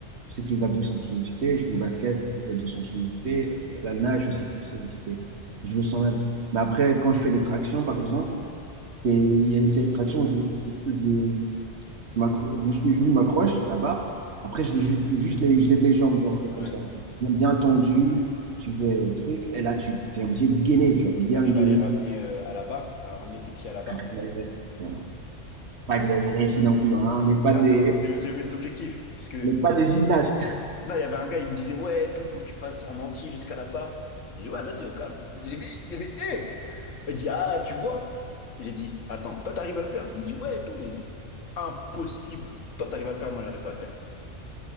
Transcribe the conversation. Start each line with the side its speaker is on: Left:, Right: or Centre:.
Right: je sais que les abdos ils sont sollicités. Je fais au basket, les abdos sont sollicités. La nage aussi, c'est sollicité. Je le sens même. Mais après, quand je fais les tractions, par exemple, je fais- il y a une série de tractions, je, je, Je m'accro- je me suis- je m'accroche à la barre. Après, je, l'ai ju- juste, les- je lève les jambes, genre
Left: mm.
Right: comme
Left: Ouais.
Right: ça. genre. Bien, bien tendu, tu veux truc. Et là, tu es obligé de gainer, tu vois, bien
Left: T'arrives
Right: gainer.
Left: à les ramener euh, à la barre, à ramener tes pieds à la barre.
Right: Euh, non, pas exagéré ici non plus, hein. On n'est pas
Left: Ça,
Right: des,
Left: c'est mon- c'est- c'est mes objectifs. Parce que
Right: on n'est pas des gymnastes.
Left: Non, il y avait un gars, il me disait, ouais, tout, faut que tu fasses en entier jusqu'à la barre. J'ai dit, ouais, vas-y, au calme. J'ai vu il y avait, hé! Il dit, ah, tu vois? J'ai dit, attends, toi, t'arrives à le faire? Il me dit, ouais, tout. J'ai dit, impossible. Toi, t'arrives à le faire, moi, j'arrive pas à le faire.